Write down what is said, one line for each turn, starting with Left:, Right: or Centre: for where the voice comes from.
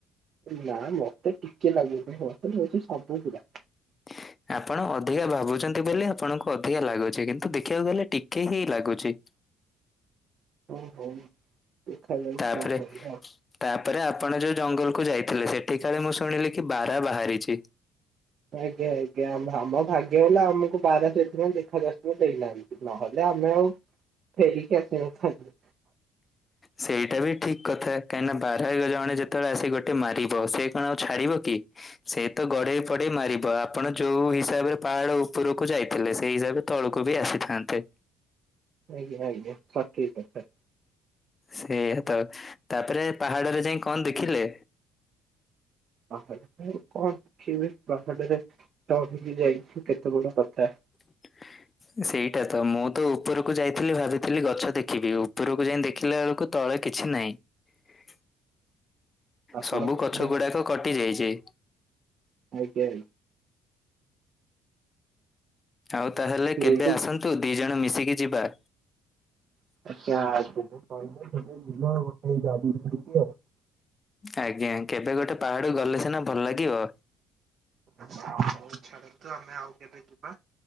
Right: ନା ମତେ ଟିକେ ଲାଗୁନି ମତେ ଲାଗୁଛି ସବୁ ପୁରା।
Left: <inaudible> ଆପଣ ଅଧିକା ଭାବୁଛନ୍ତି ବୋଲି ଆପଣଙ୍କୁ ଅଧିକା ଲାଗୁଛି କିନ୍ତୁ ଦେଖିବାକୁ ଗଲେ ଟିକେ ହିଁ ଲାଗୁଛି।
Right: ହଉ ହଉ। ଦେଖାଯାଉ
Left: ତାପରେ
Right: କଣ କରିବା।
Left: ତାପରେ ଆପଣ ଯୋଉ ଜଙ୍ଗଲ କୁ ଯାଇଥିଲେ ସେଠି କାଳେ ମୁଁ ଶୁଣିଲି କି ବାରା ବାହାରିଛି।
Right: ଆଜ୍ଞା ଆଜ୍ଞା ଆମ ଭାଗ୍ୟ ହେଲା ଆମକୁ ବାରା ସେଇଥିପାଇ ଦେଖା ଦର୍ଶନ ଦେଇନାହାନ୍ତି। ନହେଲେ ଆମେ ଆଉ ଫେରିକି ଆସିନଥାନ୍ତୁ।
Left: ସେଇଟା ବି ଠିକ କଥା କାହିଁକି ନା ବାରଗଜଣେ ଯେତେବେଳେ ଆସି ଗୋଟେ ମାରିବ ସେ କଣ ଆଉ ଛାଡିବ କି? ସେ ତ ଗଢେଇ ପଢେଇ ମାରିବ ଆପଣ ଯୋଉ ହିସାବରେ ପାହାଡ ଉପରକୁ ଯାଇଥିଲେ ସେଇ ହିସାବରେ ତଳକୁ ବି ଆସିଥାନ୍ତେ।
Right: ଆଜ୍ଞା ଆଜ୍ଞା ସଠିକ କଥା।
Left: ସେଇଆ ତ ତାପରେ ପାହାଡରେ ଯାଇଁ କଣ ଦେଖିଲେ?
Right: ପାହାଡ କଣ ଶଖିବି ପାହାଡରେ ଚଢିକି ଯାଇଛୁ କେତେ ବଡ କଥା।
Left: <inaudible> ସେଇଟା ତ ମୁଁ ତ ଉପରକୁ ଯାଇଥିଲି ଭାବିଥିଲି ଗଛ ଦେଖିବି ଉପରକୁ ଯାଇଁ ଦେଖିଲା ବେଳକୁ ତଳେ କିଛି ନାହିଁ।
Right: ଆପଣ
Left: ସବୁ
Right: ପୁଣି
Left: ଗଛ ଗୁଡାକ କଟି ଯାଇଛି।
Right: ଆଜ୍ଞା।
Left: ଆଉ ତାହେଲେ
Right: ଶୁଣନ୍ତୁ
Left: କେବେ ଆସନ୍ତୁ ଦି ଜଣ ମିଶିକି ଯିବା।
Right: <unintelligible>
Left: ଆଜ୍ଞା କେବେ ଗୋଟେ ପାହାଡ ଗଲେ ସିନା ଭଲ ଲାଗିବ।
Right: ଆ ଆଉ ଛାଡ଼ନ୍ତୁ ଆମେ ଆଉ କେବେ ଯିବା?